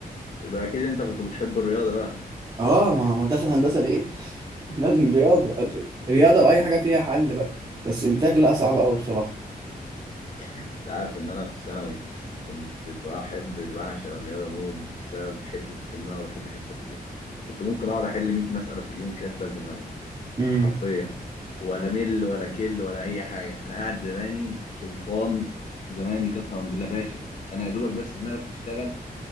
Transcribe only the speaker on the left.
يبقى اكيد انت كنت بتحب الرياضه بقى
انت عارف ان انا في ثانوي كنت بحب بعشق الرياضه موت بسبب حته ان انا ما بحبش الحفظ دي كنت ممكن اقعد احل 100 مساله في اليوم كده في ثالثه ثانوي
حرفيا ولا مل ولا كل ولا اي حاجه انا قاعد زماني سلطان زماني قسما بالله باشا انا يا دوبك بس دماغي بتشتغل